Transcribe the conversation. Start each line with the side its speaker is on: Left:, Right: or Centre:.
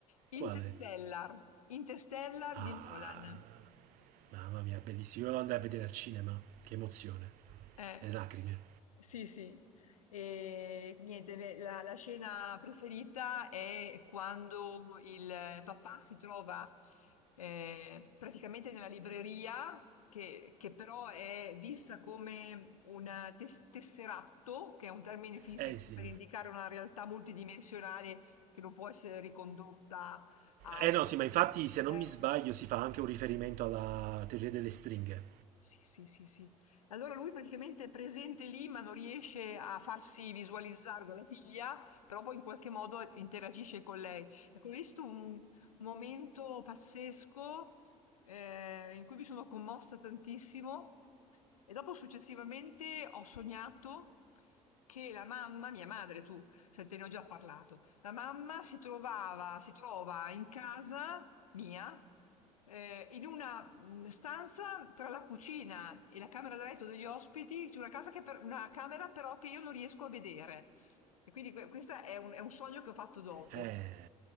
Left: Interstellar,
Right: Quale?
Left: Interstellar
Right: Ah,
Left: di Nolan.
Right: mamma mia, bellissimo. Io lo andai a vedere al cinema. Che emozione.
Left: Eh,
Right: Le lacrime.
Left: sì, sì. E niente, beh, la, la scena preferita è quando il papà si trova eh, praticamente nella libreria, che, che però è vista come un tes- tesseratto, che è un termine fisico
Right: Eh sì.
Left: per indicare una realtà multidimensionale che non può essere ricondotta a
Right: Eh
Left: un...
Right: no, sì, ma infatti, se
Left: Eh,
Right: non mi sbaglio, si fa anche un riferimento alla teoria delle stringhe.
Left: Sì, sì, sì, sì. Allora lui praticamente è presente lì, ma non riesce a farsi visualizzare dalla figlia, però poi in qualche modo interagisce con lei. Ecco, ho visto un momento pazzesco eh, in cui mi sono commossa tantissimo e dopo successivamente ho sognato che la mamma, mia madre, tu, Senti, ne ho già parlato. La mamma si trovava, si trova in casa mia, eh, in una mh, stanza tra la cucina e la camera da letto degli ospiti, c'è una casa che per- una camera però che io non riesco a vedere. E quindi que- questo è un, è un sogno che ho fatto dopo.
Right: Eh,